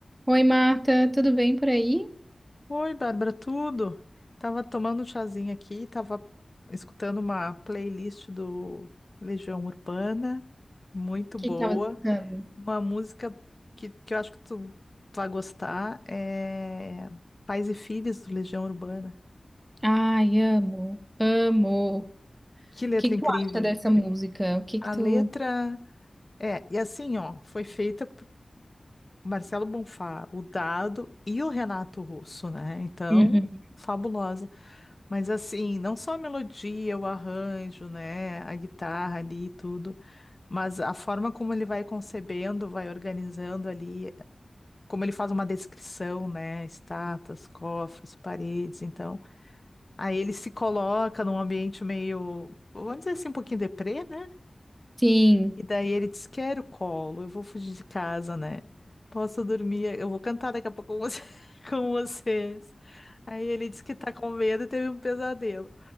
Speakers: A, on the right; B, on the left.
A: Oi, Marta, tudo bem por aí? O
B: Oi, Bárbara, tudo? Tava tomando um chazinho aqui, tava escutando uma playlist do Legião Urbana, muito
A: que
B: boa.
A: que tava escutando?
B: Uma música que, que eu acho que tu vai gostar é Pais e Filhos do Legião Urbana.
A: Ai, amo, amo. O
B: Que letra
A: que que
B: incrível!
A: tu acha dessa música? O que
B: A
A: que tu...
B: letra é, e assim, ó, foi feita o Marcelo Bonfá, o Dado e o Renato Russo, né? Então,
A: Uhum.
B: fabulosa. Mas assim, não só a melodia, o arranjo, né, a guitarra ali e tudo, mas a forma como ele vai concebendo, vai organizando ali, como ele faz uma descrição, né, estátuas, cofres, paredes, então, aí ele se coloca num ambiente meio, vamos dizer assim, um pouquinho deprê, né?
A: Sim.
B: E daí ele disse: Quero colo, eu vou fugir de casa, né? Posso dormir, eu vou cantar daqui a pouco com você- <laughs> com vocês. Aí ele disse que tá com medo e teve um pesadelo.